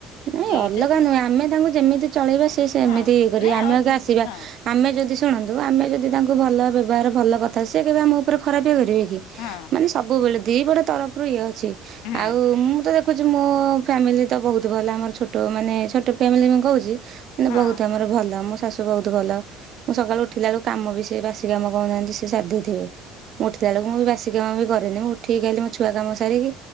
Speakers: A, on the right; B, on the left.
A: ନାଇଁ
B: ଏଇଟା
A: ଅଲଗା
B: ବି
A: ନୁହେଁ ଆମେ ତାଙ୍କୁ ଯେମିତି ଚଳେଇବା ସି ସେମିତି
B: ହଁ
A: ଇଏ କରିବେ
B: ନାଇଁ
A: ଆମେ
B: ହଁ
A: ଆଗେ ଆସିବା
B: ହଁ
A: ଆମେ ଯଦି ଶୁଣନ୍ତୁ ଆମେ ଯଦି ତାଙ୍କୁ ଭଲ ବ୍ୟବହାର ଭଲ କଥା ସି କେବେ ଆମ ଉପରେ ଖରାପ ଇଏ କରିବେ
B: ହଁ
A: ମାନେ ସବୁବେଳେ ଦି ବଡ ତରଫରୁ ଇଏ ଅଛି ଛି
B: ହୁଁ
A: ଆଉ ମୁଁ ତ ଦେଖୁଛି ମୋ ଫ୍ୟାମିଲି ତ ବହୁତ ଲା ଆମର ଛୋଟ ମାନେ ଛୋଟ ଫ୍ୟାମି ମୁଁ କହୁଚି ମାନେ
B: ହଁ
A: ବହୁତ ଆମର ଭଲ ମୋ ଶାଶୁ ସେ ବହୁତ ଭଲ ମୁଁ ସଖାଳୁ ଉଠିଲା ବେଳୁ କାମବି ସେ ବା ସିକାମ ବି କଣ ମୁଁ ଜାଣିଚି ସେ ଶାରିଦେଇଥିବେ ମୁଁ ଉଠି ଲାବେଳୁ ମୁ ବାସିକାମବି କରେନି ମୁ ଉଠିକି ଖାଲି ମୋ ଛୁଆ କମ୍ ସାରିକି